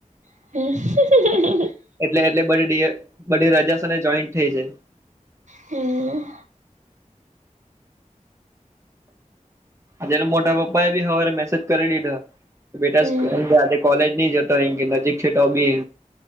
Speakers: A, on the right; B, on the right.
A: <unintelligible>
B: એટલે એટલે બધી રાજા છે ને જોઈન્ટ થઈ જાય.
A: હમ્મ.
B: જેને મોટા પપ્પા એ બી હવારે મેસેજ કરી દીધો. બેટા
A: હમ
B: આજે કોલેજ નહી જતો એ કે નજીક છે તો બી.